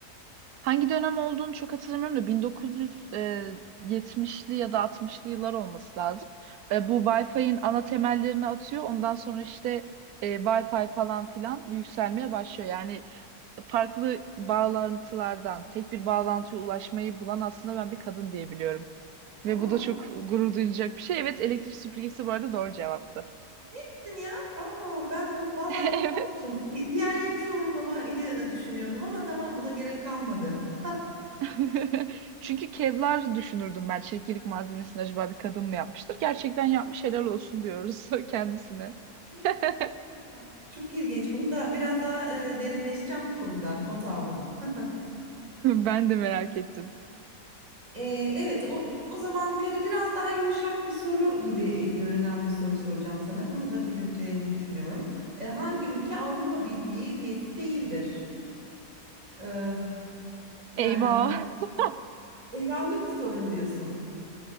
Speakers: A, on the right; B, on the right.
A: Hangi dönem olduğunu çok hatırlamıyorum da 1970'li ya da 60'lı yıllar olması lazım. E, bu Wi-Fi'nin ana temellerini atıyor. Ondan sonra işte e, Wi-Fi falan filan yükselmeye başlıyor. Yani farklı bağlantılardan tek bir bağlantıya ulaşmayı bulan aslında ben bir kadın diyebiliyorum. Ve
B: Aa,
A: bu da çok gurur duyulacak bir şey. Evet elektrik süpürgesi bu arada doğru cevaptı.
B: kimsin ya? Aa, ben o, vallahi
A: <laughs>
B: çok kaptım.
A: Evet.
B: Di- diğerlerini yorumlamayı düşünüyordum ama tamam buna gerek kalmadı. Aa,
A: <laughs> Çünkü Kevlar düşünürdüm ben. Çekirdek malzemesini acaba bir kadın mı yapmıştır? Gerçekten yapmış helal olsun diyoruz <laughs> kendisine.
B: Evet
A: <laughs>
B: ya gerçekten çok ilginç. Bunu da biraz daha e, derinleşeceğim bu konuda. Not aldım. <laughs>
A: Ben de merak ettim.
B: Ee, evet o, o zaman böyle biraz daha yumuşak bir soru gibi e, görünen bir soru soracağım sana. Bunu da bileceğini düşünüyorum. Ee, hangi ülke Avrupa Birliği üyesi değildir? Ee, yani
A: Eyvah. <laughs>
B: eyvahlık bir soru mu diyorsun?